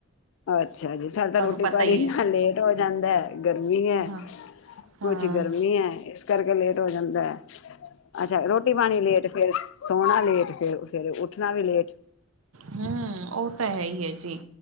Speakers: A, on the left (about 65°); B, on the right (about 85°).
A: ਅੱਛਾ! ਜੀ ਸਾਡੇ ਤਾਂ ਰੋਟੀ
B: ਪਤਾ
A: ਪਾਣੀ
B: ਹੀ
A: ਇੰਨਾ
B: ਹੈ
A: ਲੇਟ ਹੋ ਜਾਂਦਾ ਗਰਮੀ ਹੈ।
B: ਹਾਂ
A: ਕੁਛ,
B: ਹਾਂ
A: ਗਰਮੀ ਹੈ ਇਸ ਕਰਕੇ ਲੇਟ ਹੋ ਜਾਂਦਾ। ਅੱਛਾ ਰੋਟੀ ਪਾਣੀ ਲੇਟ ਫੇਰ ਸੋਣਾ ਲੇਟ ਫੇਰ ਸਵੇਰੇ ਉੱਠਣਾ ਵੀ ਲੇਟ।
B: ਹਮ, ਉਹ ਤਾਂ ਹੈ ਹੀ ਹੈ ਜੀ।